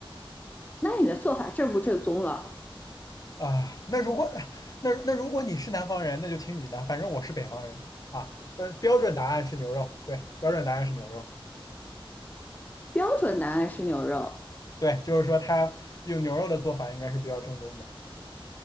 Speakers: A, on the left; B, on the left.
A: 那你的做法正不正宗了？
B: 啊，那如果 <laughs> 那那如果你是南方人，那就听你的，反正我是北方人啊。呃，标准答案是牛肉，对，标准答案是牛肉，
A: 标准答案是牛肉，
B: 对，就是说它用牛肉的做法应该是比较正宗的。